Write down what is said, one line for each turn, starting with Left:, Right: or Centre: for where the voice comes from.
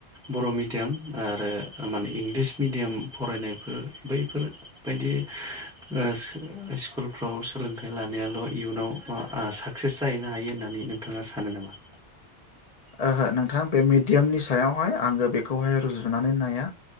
Centre: बर' मिडियाम आरो माने इंलिस मिडियाम फरायनायफोर बैफोरबायदि ओ स्कुल फ्राव सोलोंथाइ लानायाल' इयुनाव ओ साकसेस जाहैनो हायो होननानै नोंथाङा सानो नामा?
Left: ओहो नों थां बे मिडियामनि सायावहाय आङो बेखौहाय रुजुनानै नाया।